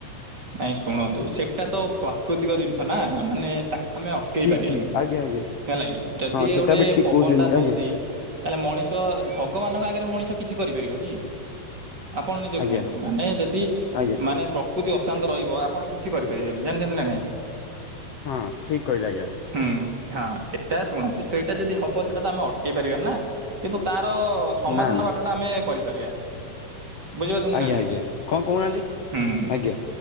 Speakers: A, on the right; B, on the left.
A: ନାଇଁ ଶୁଣନ୍ତୁ ସେଟା ତ ପ୍ରାକୃତିକ ଜିନିଷ ନା ମାନେ ତାକୁ ଆମେ ଅଟକେଇ
B: ଠିକ
A: ପାରିବାନି
B: ଠିକ ଆଜ୍ଞା ଆଜ୍ଞା
A: ହେଲା କିି ଯଦି
B: ହଁ
A: ଏ
B: ସେଟା
A: ଗୋଟେ
B: ବି ଠିକ
A: ପବନଟା
B: କହୁଛନ୍ତି
A: ହଉଚି
B: ଆଜ୍ଞା
A: ତାହେଲେ ମଣିଷ ଭଗବାନଙ୍କ ଆଗରେ ମଣିଷ କିଛି କରିପାରିବ କି? ଆପଣ ନିଜେ
B: ଆଜ୍ଞା
A: କୁହନ୍ତୁ ମାନେ ଯେଦି
B: ଆଜ୍ଞା
A: ମାନେ ପ୍ରକୃତି ଅ ଶାନ୍ତ ରହିବ ଆପଣ କିଛି କରିପାରିବେନି ଜାଣିଚନ୍ତି ନା ନାଇଁ?
B: ହଁ ଠିକ୍ କହିଲେ ଆଜ୍ଞା।
A: ହୁଁ ହାଁ ସେଟା ଶୁଣନ୍ତୁ ସେଇଟା ଯଦି ହବ ସେଇଟା ତ ଆମେ ଅଟକେଇ ପାରିବାନି ନା? କିନ୍ତୁ ତାର ସମାଧାନ
B: ନା ନା
A: ବାଟ ଟା ଆମେ କରିପାରିବା। ବୁଝିପାରୁଚନ୍ତି
B: ଆଜ୍ଞା
A: ନା ନାଇଁ?
B: ଆଜ୍ଞା କଣ କହୁନାହାନ୍ତି
A: ହୁଁ ହୁଁ ହୁଁ।
B: ଆଜ୍ଞା